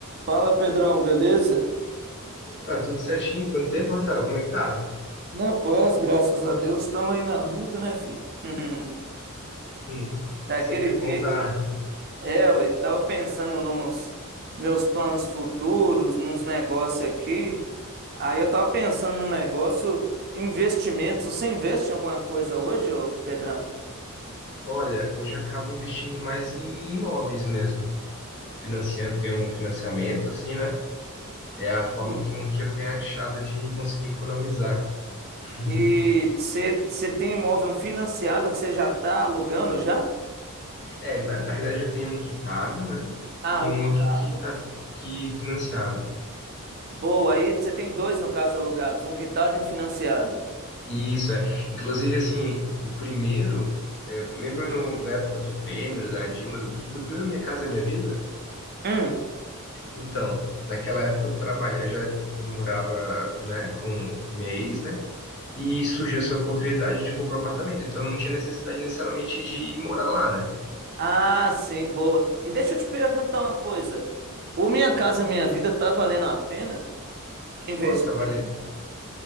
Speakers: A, on the right (about 45°); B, on the left (about 50°).
A: Fala, Pedrão, beleza?
B: Ué, tudo certinho? Quanto tempo, Rafael? Como é que tá?
A: Na paz, graças a Deus, estamos aí na luta, né, filho? <laughs>
B: Hum,
A: Daquele
B: é sempre bom
A: jeito.
B: tá.
A: É, eu tava pensando nos meus planos futuros, nos negócios aqui. Aí eu tava pensando num negócio, investimentos. Você investe em alguma coisa hoje, ô Pedrão?
B: Olha, hoje eu acabo investindo mais em imóveis mesmo. Financiando, tem um financiamento, assim, né? É a forma
A: Sim.
B: que, um, que eu tenho achado de conseguir economizar. <laughs>
A: E você você tem imóvel financiado que você já tá alugando já?
B: É, na, na realidade eu tenho um quitado, né?
A: Ah,
B: E
A: um
B: um
A: quitado.
B: outro que tá que financiado.
A: Boa, aí você tem dois no caso alugados, um quitado e um financiado.
B: E Isso é. Inclusive, assim, o primeiro, é, lembra
A: Ah,
B: no-
A: é.
B: na época do Temer, da Dilma, do, do primeiro Minha Casa Minha Vida?
A: Hum.
B: Então, naquela época eu trabalhava, já morava, né, com minha ex, né? E surgiu essa oportunidade de comprar um apartamento, então não tinha necessidade necessariamente de morar lá, né?
A: Ah, sim, boa. E deixa eu te perguntar uma coisa. O Minha Casa Minha Vida tá valendo a pena investir
B: Nossa, tá valendo.
A: ainda?